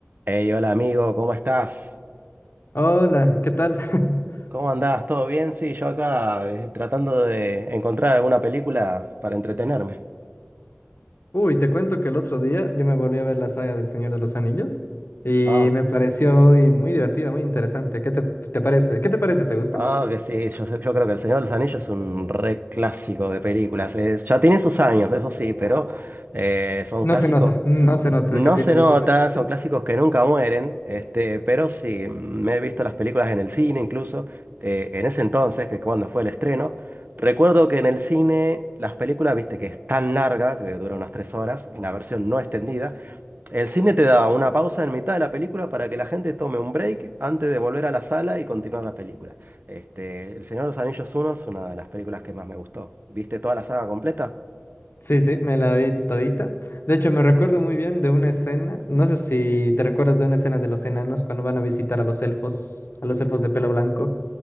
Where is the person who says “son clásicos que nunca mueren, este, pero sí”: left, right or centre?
Right